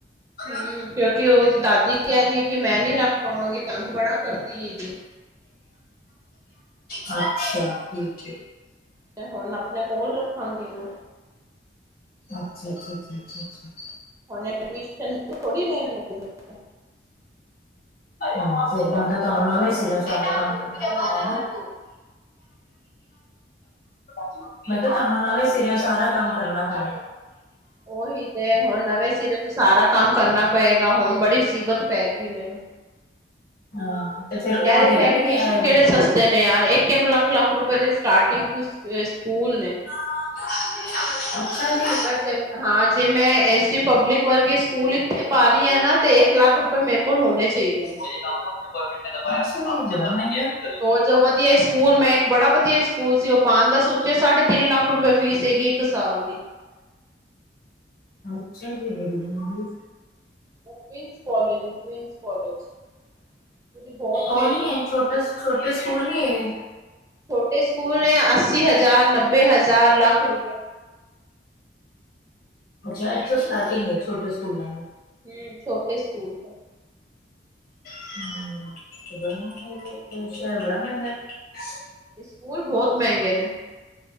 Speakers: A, on the left (about 55°); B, on the right (about 20°).
A: <unintelligible>
B: ਹਮ ਕਿਉਂਕਿ ਉਹ ਦਾਦੀ ਕਹਿ ਰਹੀ ਹੈ ਕਿ ਮੈਂ ਨਹੀਂ ਰੱਖ ਪਾਵਾਂਗੀ ਤੰਗ ਬੜਾ ਕਰਦੀ ਹੈਗੀ।
A: ਅੱਛਾ, ਠੀਕ ਏ।
B: ਤੇ ਹੁਣ ਅਪਣੇ ਕੋਲ ਰੱਖਾਂਗੀ ਇਨੂੰ
A: ਅੱਛਾ-ਅੱਛਾ-ਅੱਛਾ-ਅੱਛਾ-ਅੱਛਾ।
B: ਹੁਨ ਐਡਮਿਸ਼ਨ ਥੋੜੀ ਨਾ ਦੇਣਗੇ।
A: ਹੂੰ ਸਈ ਬਾਤ ਏ, ਤੁਆਨੂੰ
B: ਉਹ
A: ਨਵੇ
B: ਤੇ ਹੁਣ
A: ਸੀਰੇ ਓ
B: ਕਿਸੇ
A: ਸਾਰਾ ਕੰਮ
B: ਦੀ
A: ਕਰਨਾ
B: ਕਰਵਾਵਾਂਗੇ।
A: ਪੈਨਾ ਏ ਨਾ। ਮੈਂ ਕਿਆ ਤੁਆਨੂੰ ਨਵੇਂ ਸਿਰੇ ਓ ਸਾਰਾ ਕੰਮ ਕਰਨਾ ਪੈਣਾ।
B: ਓਹੀ ਤੇ ਐ ਹੁਨ ਨਵੇਂ ਸਿਰੇ ਤੋਂ ਸਾਰਾ ਕੰਮ ਕਰਨਾ ਪਏਗਾ, ਹੁਣ ਬੜੀ ਮੁਸੀਬਤ ਪੈਗੀ। ਫਿਰ
A: ਹਾਂ ਤੇ ਉਹ
B: ਯਾਰ ਇੱਥੇ
A: ਦੇ ਦੇਣਗੇ
B: ਐਡਮਿਸ਼ਨ
A: ਇਹ
B: ਕੇੜੇ
A: ਜਿਹੜੇ
B: ਸਸਤੇ ਨੇ ਯਾਰ ਇੱਕ-ਇੱਕ ਲੱਖ-ਲੱਖ ਰੁਪਏ ਦੇ ਸਟਾਰਟਿੰਗ ਤੋ ਈ ਅ ਸਕੂਲ ਨੇ।
A: <inaudible> ਜੀ
B: ਅਗਰ ਜੇ ਹਾਂ ਜੇ ਮੈਂ ਐਸ ਡੀ ਪਬਲਿਕ ਵਰਗੇ ਸਕੂਲ ਇੱਥੇ ਪਾ ਰਈ ਆ ਨਾਂ ਤੇ ਇੱਕ ਲੱਖ ਪਰ ਮੇਰੇ ਕੋਲ ਹੋਨੇ ਚਾਈਦੇ ਨੇ।
A: ਅੱਛਾ ਜੀ, ਏ ਬੜਾ ਮਹਿਂਗਾ ਏ।
B: ਉਹ ਜੋ ਵਧੀਆ ਹੀ ਸਕੂਲ ਮੈਂ ਇੱਕ ਬੜਾ ਵਧੀਆ ਸਕੂਲ ਸੀ ਉਹ ਪਾਣ ਦਾ ਸੋਚਿਆ ਸਾਢੇ ਤਿੰਨ ਲੱਖ ਰੁਪਏ ਫੀਸ ਹੈਗੀ ਇੱਕ ਸਾਲ ਦੀ।
A: ਅੱਛਾ ਜੀ, ਬੜੀ ਮਹਿੰਗੀ ਏ।
B: ਉ ਕਵੀਨਸ ਕਾਲਜ ਏ ਕਵੀਨਸ ਕਾਲਜ। ਉਹਦੀ ਬਹੁਤ ਮਹਿੰਗੀ
A: ਉ ਨੀ ਹੈ,
B: ਫੀਸ
A: ਛੋਟਾ
B: ਹੈਗੀ।
A: ਛੋਟੇ ਸਕੂਲ ਨੀ ਹੈਗੇ।
B: ਛੋਟੇ ਸਕੂਲ ਨੇ ਅੱਸੀ ਹਜ਼ਾਰ, ਨੱਬੇ ਹਜ਼ਾਰ, ਲੱਖ ਰੁਪਏ।
A: ਅੱਛਾ! ਏਥੋਂ ਸਟਾਟਿੰਗ ਏ ਛੋਟੇ ਸਕੂਲਾਂ ਦੀ।
B: ਹੂੰ! ਛੋਟੇ ਸਕੂਲ ਤੋਂ।
A: <unintelligible>
B: ਸਕੂਲ ਬੋਤ ਮੈਂਗੇ ਨੇ।